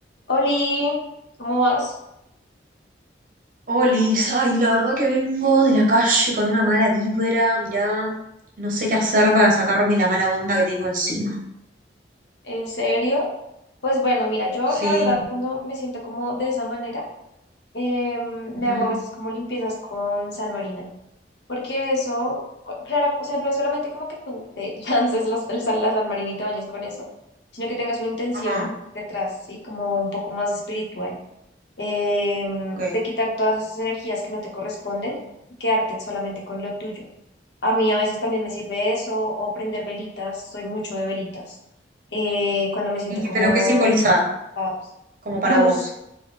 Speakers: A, on the left (about 75°); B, on the right (about 50°).
A: Oli, ¿cómo vas?
B: Olis, ay, la verdad que vengo de la calle con una mala vibra, mirá, no sé qué hacer para sacarme la mala onda que tengo encima.
A: ¿En serio? Pues bueno, mira, yo
B: Sí,
A: la verdad cuando me siento como de esa manera, eh, me
B: ujú,
A: hago a veces como limpiezas con sal marina, porque eso, claro, o sea, no es solamente como que tú te <laughs> lances los- el sal- la sal marina y te bañes con eso, sino que tengas una intención
B: Ajá,
A: detrás, ¿sí? Como un poco más espiritual, eh,
B: ok.
A: de quitar todas esas energías que no te corresponden y quedarte solamente con lo tuyo. A mí a veces también me sirve eso o prender velitas, soy mucho de velitas. Eh, cuando me siento
B: ¿Y, qué-
A: como
B: pero qué simboliza?
A: en caos.
B: Como para
A: Luz,
B: vos.